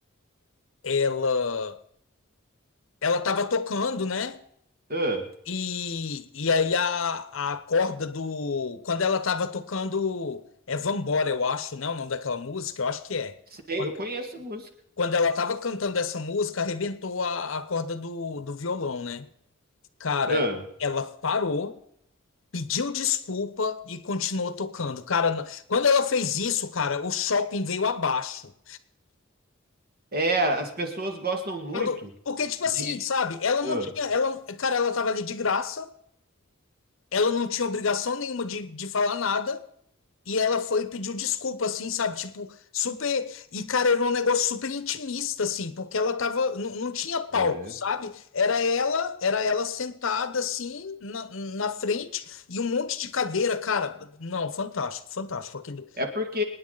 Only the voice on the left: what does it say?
ela, ela tava tocando, né?
E, e aí a, a corda do, quando ela tava tocando, é Vambora, eu acho, né? O nome daquela música, eu acho que é.
Quando,
quando ela tava cantando essa música, arrebentou a, a corda do, do violão, né? Cara,
ela parou. pediu desculpa e continuou tocando. Cara, na- quando ela fez isso, cara, o shopping veio abaixo.
Todo- Porque, tipo
assim, sabe? Ela não
tinha. Ela, cara, ela tava ali de graça, ela não tinha obrigação nenhuma de, de falar nada. E ela foi e pediu desculpa, assim, sabe? Tipo, super. E, cara, era um negócio super intimista, assim, porque ela tava. Não, não tinha palco,
sabe? Era ela, era ela sentada, assim, na, na frente, e um monte de cadeira, cara. Não, fantástico, fantástico. Aquele,